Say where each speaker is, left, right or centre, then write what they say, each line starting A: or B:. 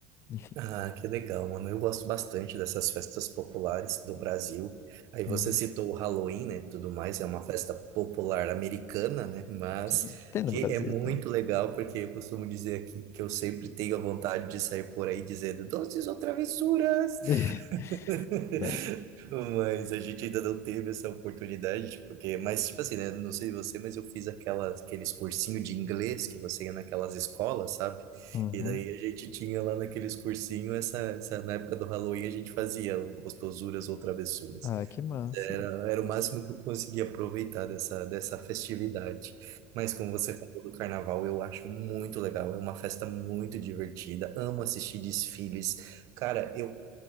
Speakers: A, on the left; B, on the right.
A: Enfim.
B: Ah, que legal, mano. Eu gosto bastante dessas festas populares do Brasil. Aí
A: Uhum.
B: você citou o Halloween, né? Tudo mais, é uma festa popular americana, né? Mas
A: Sim. Tem no
B: que
A: Brasil,
B: é muito
A: tem.
B: legal, porque eu costumo dizer aqui que eu sempre tenho a vontade de sair por aí dizendo doces ou travessuras.
A: <laughs>
B: <laughs>
A: Né?
B: Mas a gente ainda não teve essa oportunidade, tipo, porque, mas tipo assim, né? Não sei você, mas eu fiz aquela, aqueles cursinho de inglês que você ia naquelas escolas, sabe?
A: Uhum.
B: E daí a gente tinha lá naqueles cursinho essa, essa na época do Halloween a gente fazia o gostosuras ou travessuras.
A: Ah, que massa.
B: Era, era o máximo que eu conseguia aproveitar dessa, dessa festividade. Mas como você falou do carnaval, eu acho muito legal. É uma festa muito divertida. Amo assistir desfiles. Cara, eu